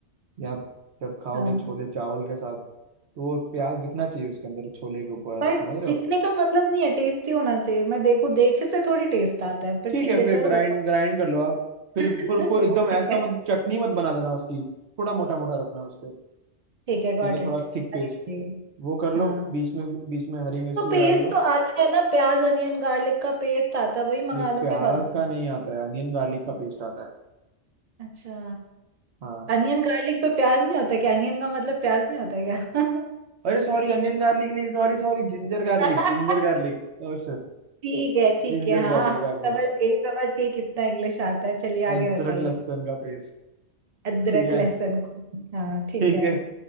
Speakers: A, on the right (about 70°); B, on the right (about 35°).
A: या जब खाओगे
B: हाँ
A: छोले चावल के साथ तो वो प्याज दिखना चाहिए उसके अंदर छोले के ऊपर
B: पर
A: समझ रहे
B: दिखने
A: हो
B: का मतलब नहीं है टेस्टी होना चाहिए मैं देखो देखे से थोड़ी टेस्ट आता है पर
A: ठीक
B: ठीक
A: है
B: है
A: फिर
B: चलो
A: ग्राइंड
B: बताओ
A: ग्राइंड कर लो आप फिर
B: <laughs>
A: पर उसको एकदम ऐसा
B: ठीक है
A: मतलब चटनी मत बना देना उसकी थोड़ा मोटा मोटा रखना उसको
B: ठीक है गॉट
A: ठीक है
B: इट
A: थोड़ा थिक पेस्ट
B: आगे बताइए।
A: वो कर लो
B: हाँ
A: बीच में बीच में हरी मिर्ची
B: तो पेस्ट
A: भी डाल लो
B: तो आता है ना प्याज अनियन गार्लिक का पेस्ट आता है वही
A: भाई
B: मंगा लो
A: प्याज
B: क्या बाजार
A: का
B: से
A: नहीं आता है अनियन गार्लिक का पेस्ट आता है
B: अच्छा
A: हाँ
B: अनियन गार्लिक पे प्याज नहीं होता क्या अनियन का मतलब प्याज नहीं होता क्या
A: अरे सॉरी अनियन गार्लिक नहीं sorry sorry ginger garlic
B: <laughs>
A: ginger garlic Oh
B: ठीक है ठीक
A: ginger
B: है हाँ
A: garlic
B: हाँ
A: का पेस्ट
B: समझ गई समझ गई कितना इंग्लिश आता है चलिए आगे
A: अदरक
B: बताइए
A: लहसुन का पेस्ट
B: अदरक
A: ठीक है
B: लहसुन को, हाँ ठीक
A: ठीक
B: है
A: है